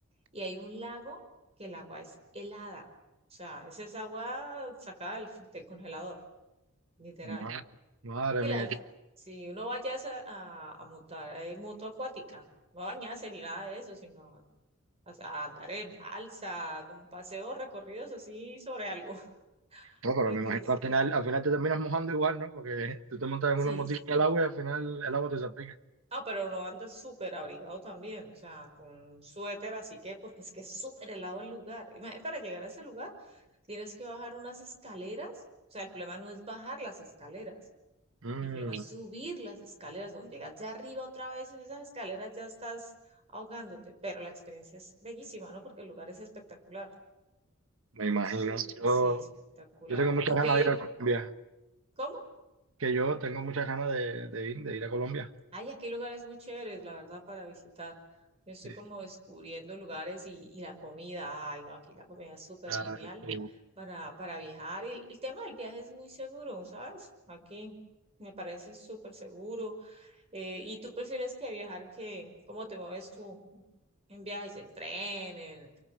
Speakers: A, on the right; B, on the right.
A: y hay un lago que el agua es helada, o sea, es esa agua sacada del, del congelador, literal.
B: Ma- Madre
A: Sí,
B: mía,
A: la gente-
B: yo- No,
A: si uno vaya a, esa- a, a montar eh, moto acuática, no a bañarse ni nada de eso, sino a, a andar en balsa, como paseos recorridos así sobre algo. <laughs>
B: pero
A: Porque
B: me imagino
A: es,
B: que al final, al final te terminas mojando igual, ¿no? Porque tú te montas
A: sí,
B: en una motica
A: sí.
B: en el agua y al final el agua te salpica.
A: no, pero no anda súper abrigado también, o sea, con suéter, así que, porque es que es súper helado el lugar. Imagínate, para llegar a ese lugar tienes que bajar unas escaleras, o sea, el problema no es bajar las escaleras
B: Mm,
A: El problema es subir las escaleras. Cuando llegas ya arriba otra vez en esas escaleras ya estás ahogándote, pero la experiencia es bellísima, ¿no? Porque el lugar es espectacular.
B: me imagino.
A: Súper,
B: Yo,
A: sí, espectacular.
B: yo tengo muchas
A: ¿Y tú
B: ganas
A: qué?
B: de ir a Colombia.
A: ¿Cómo?
B: Que yo tengo muchas ganas de, de ir, de ir a Colombia.
A: Ay, aquí hay lugares muy chéveres, la verdad, para visitar. Yo estoy
B: Sí.
A: como descubriendo lugares y, y la comida. Ay, no, aquí la comida es súper
B: Ah,
A: genial
B: sí.
A: para, para viajar. Y el, el tema del viaje es muy seguro, ¿sabes? Aquí me parece súper seguro. Eh, ¿y tú prefieres que viajar que, cómo te mueves tú en viajes, en tren, en,